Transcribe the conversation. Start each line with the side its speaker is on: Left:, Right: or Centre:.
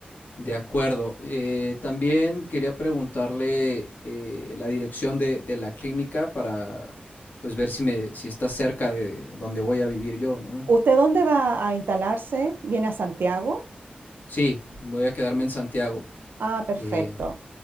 Left: De acuerdo. Eh, también quería preguntarle eh, la dirección de, de la clínica para pues ver si me, si está cerca de donde voy a vivir yo, ¿no?
Right: ¿Usted dónde va a instalarse? ¿Viene a Santiago?
Left: Sí, voy a quedarme en Santiago.
Right: Ah, perfecto.
Left: Eh,